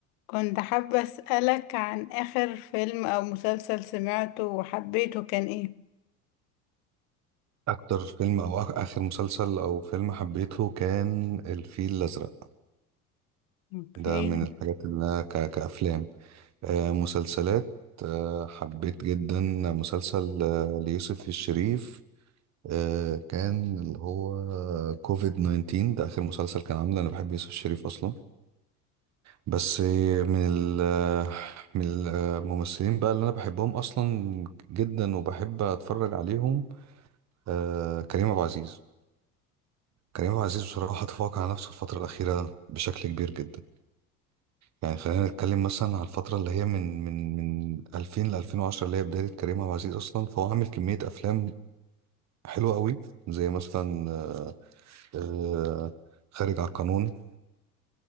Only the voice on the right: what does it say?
اكتر فيلم او آخ- اخر مسلسل او فيلم حبيته كان الفيل الازرق
ده من الحاجات اللي انا ك- كافلام آه، مسلسلات آه، حبيت جدا مسلسل آه، ليوسف الشريف آه، كان اللي هو كوفيد 19 ده اخر مسلسل كان عامله انا بحب يوسف الشريف اصلا بس من ال من الممثلين بقى اللي انا بحبهم اصلا جدا وبحب اتفرج عليهم آه، كريم عبد العزيز كريم عبد العزيز بصراحة تفوق على نفسه الفترة الأخيرة بشكل كبير جدا يعني خلينا نتكلم مثلا على الفترة اللي هي من من من 2000 ل 2010 اللي هي بداية كريم عبد العزيز أصلا فهو عامل كمية أفلام حلوة قوي زي مثلا آه، خارج على القانون